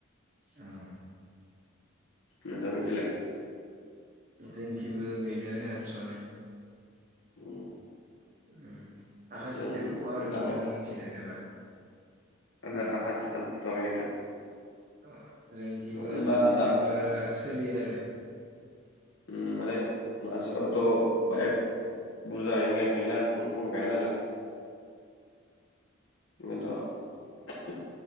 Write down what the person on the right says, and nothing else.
अह।
जोंनिथिंबो बेनो नो आतस'आनो।
ओम आखा
सिस्टेम फुवा आरो
नोंथां
मोनिथिं मानोबा?
ओ जोंनिथिंबो
आखा सिस्टेम
बारा सोलिया आरो।